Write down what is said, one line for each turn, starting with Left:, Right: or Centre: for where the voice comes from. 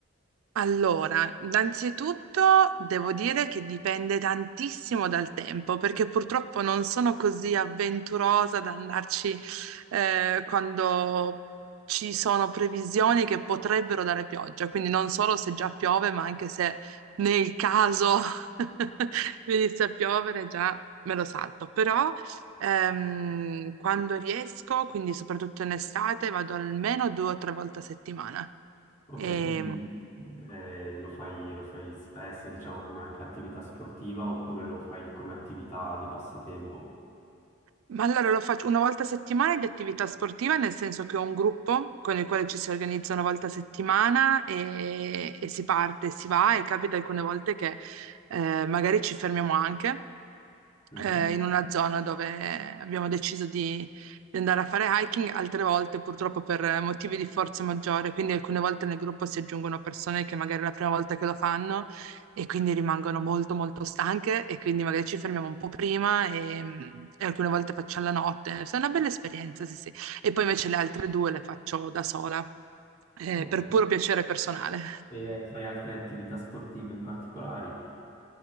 Right: Allora, innanzitutto devo dire che dipende tantissimo dal tempo, perché purtroppo non sono così avventurosa ad andarci eh, quando ci sono previsioni che potrebbero dare pioggia, quindi non solo se già piove, ma anche se nel caso <laughs> venisse a piovere già me lo salto. Però ehm, quando riesco, quindi soprattutto in estate, vado almeno due o tre volte a settimana.
Left: Ok,
Right: E,
Left: quindi eh, lo fai, lo fai spesso, diciamo, come anche attività sportiva oppure lo fai come attività di passatempo?
Right: Ma allora lo faccio una volta a settimana di attività sportiva, nel senso che ho un gruppo con il quale ci si organizza una volta a settimana e, e si parte, si va e capita alcune volte che eh, magari ci fermiamo anche
Left: Mhm.
Right: eh, in una zona dove abbiamo deciso di, di andare a fare hiking, altre volte purtroppo per motivi di forza maggiore, quindi alcune volte nel gruppo si aggiungono persone che magari è la prima volta che lo fanno e quindi rimangono molto molto stanche e quindi magari ci fermiamo un po' prima e, e alcune volte faccio alla notte. È una bella esperienza, sì, sì. E poi invece le altre due le faccio da sola, eh,
Left: Ok.
Right: per puro piacere personale.
Left: E fai altre attività sportive particolari?